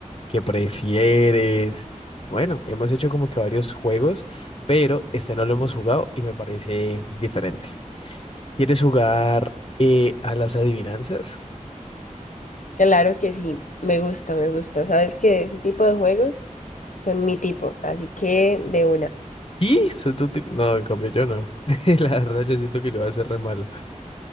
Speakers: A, on the left (about 45°); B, on the left (about 75°).
A: ¿qué prefieres? Bueno, hemos hecho como que varios juegos, pero este no lo hemos jugado y me parece diferente. ¿Quieres jugar eh, a las adivinanzas?
B: Claro que sí, me gusta, me gusta. Sabes que ese tipo de juegos son mi tipo, así que de una.
A: ¿Y? Soy tu tipo- No, en cambio yo no. <laughs> La verdad, yo siento que lo va a hacer re malo.